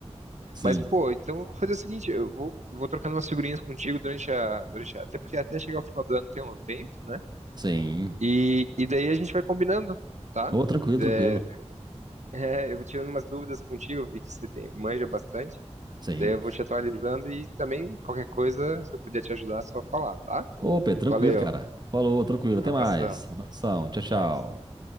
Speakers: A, on the right; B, on the right.
A: sim,
B: Mas, pô, então eu vou fazer o seguinte, eu vou, vou trocando umas figurinhas contigo durante a, durante a- Até porque até chegar ao final do ano tem um tempo, né?
A: sim.
B: E, e daí a gente vai combinando, tá?
A: Ô, tranquilo, tranquilo.
B: É, <laughs> é, eu vou tirando umas dúvidas contigo, eu vi que você tem, manja bastante.
A: Sim.
B: Daí eu vou te atualizando e também qualquer coisa, se eu puder te ajudar, é só falar, tá?
A: Ô, Pedro,
B: Valeu,
A: tranquilo, cara. Falou, tranquilo. Até
B: abração.
A: mais. Abração. Tchau, tchau.
B: Tchau.